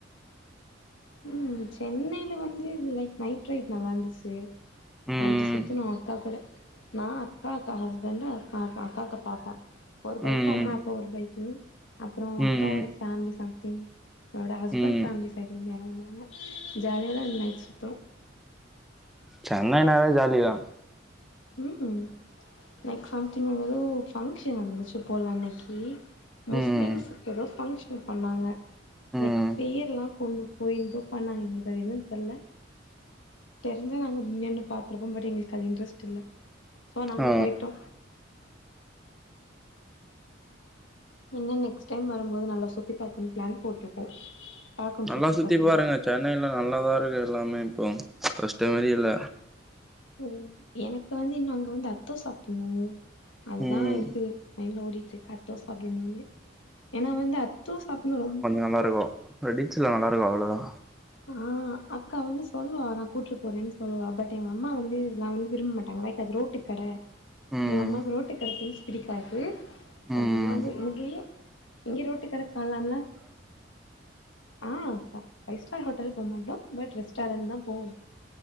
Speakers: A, on the left (about 70°); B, in the centre.
A: ம் சென்னைல வந்து லைக் நைட் ரைடு நல்லா இருந்துச்சு
B: ம்
A: நைட்டு சுத்துனோ அக்கா கூட நா அக்கா அக்கா ஹஸ்பண்ட்டு அக்கா அக்காக்கு பாப்பா ஒரு
B: ம்
A: பைக்கு அம்மா அப்பா ஒரு பைக்கு அப்றோ அக்காவோட
B: ம்
A: ஃபேமிலி சம்திங் அவளோட ஹஸ்பண்ட்
B: ம்
A: ஃபேமிலி சைட்ல இருந்து யாரோ வந்தாங்க ஜாலியா தா நைட் சுத்தோ
B: சென்னைனாவே ஜாலி தா
A: ம்ம் நெக்ஸ்ட் சம்திங் எதோ பங்க்ஷன் நடந்துச்சு போல அன்னைக்கி முஸ்லிம்ஸுக்கு
B: ம்
A: எதோ பங்க்ஷன் பண்ணாங்க
B: ம்
A: லைக் பேரெல்லா கொண்டு போய்ந்து எதோ பண்ணாங்க எங்களுக்கு அது என்னன் தெர்ல தெரிஞ்சா நாங்க இன்னின்னு பாத்துருப்போ பட் எங்களுக்கு அது இன்ட்ரெஸ்ட் இல்ல சோ நாங்க
B: ஆ
A: போய்ட்டோ என்னன் நெக்ஸ்ட் டைம் வரும்போது நல்லா சுத்தி பாக்கணு ப்ளாக்ஷன் போட்ருக்கோ பாக்கனு
B: நல்லா
A: சுத்தி பாக்கறதுக்கு
B: பாருங்க சென்னைல நல்லாதா இருக்கு எல்லாமே இப்போ ஃபஸ்ட மாரி இல்ல
A: ஓ எனக்கு வந்து இன்னு அங்க வந்து அத்தோ சாப்புட்ணு அதுதா
B: ம்
A: இருக்கு மைண்ட்ல ஓடிட்டு இருக்க அத்தோ சாப்பிட்ணு ஏன்னா வந்து அத்தோ சாப்பிடும் ரொ
B: நல்லாருக்கோ ர டீச்ல அழயிருக்கு அவ்ளோதா
A: ஆ அக்கா வந்து சொல்லுவா நா கூட்டு போறேன் சொல்லுவா பட் எங்க அம்மா வந்து இதெல்ல விரும்ப மாட்டாங்க லைக் அது ரோட்டு கட
B: ம்
A: எங்க அம்மாக்கு ரோட்டு கட திங்க்ஸ் பிடிக்காது
B: ம்
A: இங்க வந்து இங்கையு இங்க ரோட்டு கட காளான்ல ஆ பைவ் ஸ்டார்ஹோட்டல் போ மாட்டோம் பட் ரெஸ்டாரன்ட் தா போவோ